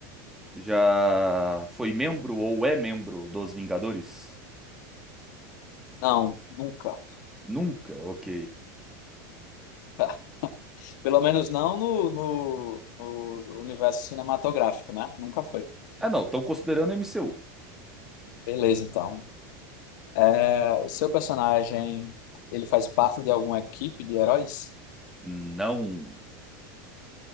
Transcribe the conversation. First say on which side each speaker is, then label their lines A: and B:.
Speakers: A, in the centre; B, on the left (about 70°).
A: já foi membro ou é membro dos Vingadores?
B: Não, nunca.
A: Nunca, ok.
B: <laughs> Pelo menos não no, no, no universo cinematográfico, né? Nunca foi.
A: Ah, não, estão considerando MCU.
B: Beleza, então. É, o seu personagem, ele faz parte de alguma equipe de heróis?
A: Não.